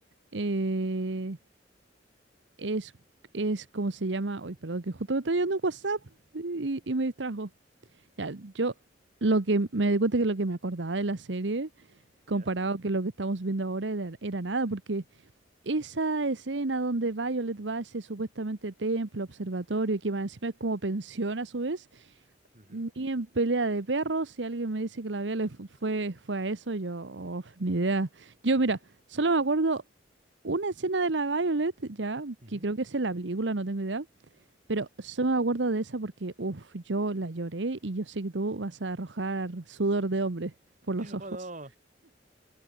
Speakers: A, on the right; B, on the right.
A: eh, es, es cómo se llama. Uy, perdón, que justo me está llegando un WhatsApp y, y me distrajo. Ya, yo lo que me di cuenta que lo que me acordaba de la serie, comparado
B: ya
A: que lo que estamos viendo ahora, era, era nada, porque Esa escena donde Violet va a ese supuestamente templo, observatorio, que más encima es como pensión a su vez,
B: Ujú,
A: ni en pelea de perros, si alguien me dice que la Violet fu- fue, fue a eso, yo, oh, ni idea. Yo, mira, solo me acuerdo una escena de la Violet, ya,
B: ujú.
A: que creo que es en la película, no tengo idea, pero solo me acuerdo de esa porque, uff, yo la lloré y yo sé que tú vas a arrojar sudor de hombre por los
B: Oh,
A: ojos.
B: no.